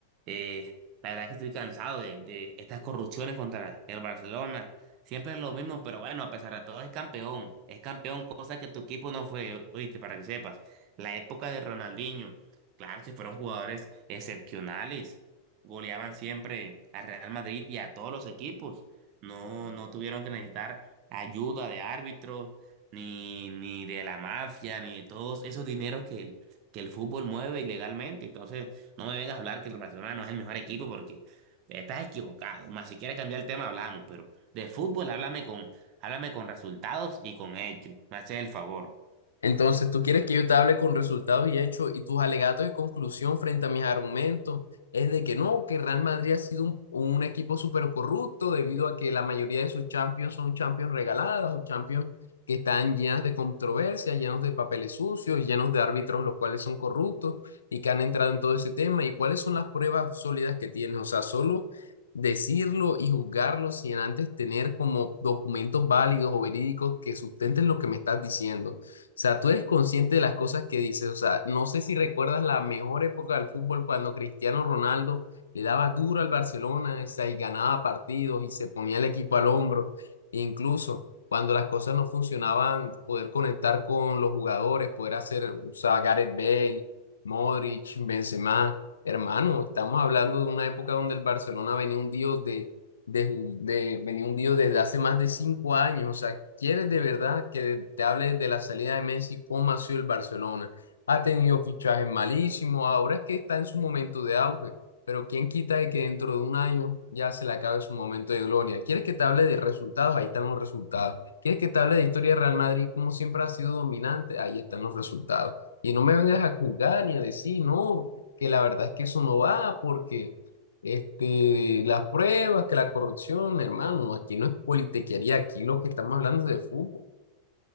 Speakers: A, on the right; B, on the left.
A: eh, la verdad es que estoy cansado de, de estas corrupciones contra el Barcelona. Siempre es lo mismo, pero bueno, a pesar de todo es campeón. Es campeón, cosa que tu equipo no fue, oíste, para que sepas. La época de Ronaldinho, claro, si fueron jugadores excepcionales. Goleaban siempre a Real Madrid y a todos los equipos. No, no tuvieron que necesitar ayuda de árbitros, ni, ni de la mafia, ni de todos esos dineros que el, que el fútbol mueve ilegalmente. Entonces, no me vengas a hablar que el Barcelona no es el mejor equipo porque estás equivocado. Más si quieres cambiar el tema, hablamos, pero. De fútbol, háblame con, háblame con resultados y con hechos. Me haces el favor.
B: Entonces, tú quieres que yo te hable con resultados y hechos y tus alegatos de conclusión frente a mis argumentos es de que no, que Real Madrid ha sido un, un equipo súper corrupto debido a que la mayoría de sus champions son champions regaladas o champions que están llenas de controversias, llenos de papeles sucios, llenos de árbitros los cuales son corruptos y que han entrado en todo ese tema. ¿Y cuáles son las pruebas sólidas que tienes? O sea, solo decirlo y juzgarlo sin antes tener como documentos válidos o verídicos que sustenten lo que me estás diciendo sea, tú eres consciente de las cosas que dices. O sea, no sé si recuerdas la mejor época del fútbol cuando Cristiano Ronaldo le daba duro al Barcelona, o sea, y ganaba partidos y se ponía el equipo al hombro. E incluso cuando las cosas no funcionaban, poder conectar con los jugadores, poder hacer, o sea, Gareth Bale, Modric, Benzema. Hermano, estamos hablando de una época donde el Barcelona venía hundido de de, ju- de venir hundido desde hace más de cinco años. O sea, ¿quieres de verdad que te hables de la salida de Messi? ¿Cómo ha sido el Barcelona? Ha tenido fichajes malísimos, ahora es que está en su momento de auge, pero ¿quién quita de que dentro de un año ya se le acabe su momento de gloria? ¿Quieres que te hable de resultados? Ahí están los resultados. ¿Quieres que te hable de historia de Real Madrid? Como siempre ha sido dominante, ahí están los resultados. Y no me vengas a juzgar ni a decir, no, que la verdad es que eso no va porque... Este, las pruebas, que la corrupción, hermano, aquí no es politiquería, aquí lo que estamos hablando es de fútbol.